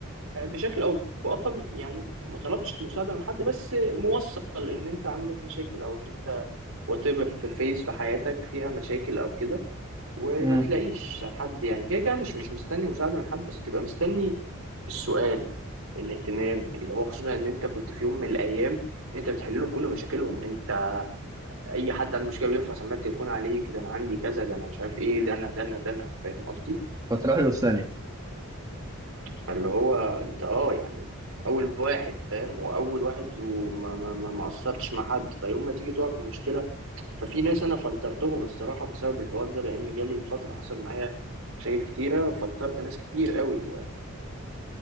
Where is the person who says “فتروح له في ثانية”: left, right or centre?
Right